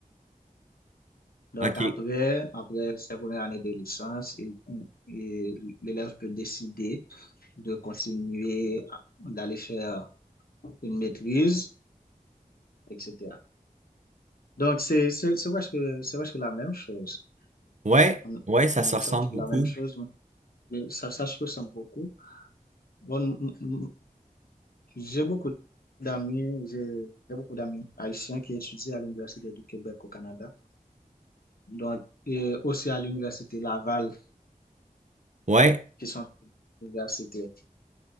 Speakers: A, on the left; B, on the right.
A: Donc
B: OK.
A: après, après sa première année de licence, il- il- l'élève peut décider de continuer, à- d'aller faire une maîtrise, etc. Donc c'est c'est c'est presque c'est presque la même chose.
B: Ouais.
A: On-
B: Ouais, ça
A: on-
B: se ressemble
A: C'est presque
B: beaucoup.
A: la même chose, mais ça ça se ressent beaucoup. Bon, m- m- j'ai beaucoup d'amis, j'ai j'ai beaucoup d'amis haïtiens qui étudient à l'Université du Québec au Canada, donc et aussi à l'Université Laval,
B: Ouais.
A: qui sont des universités.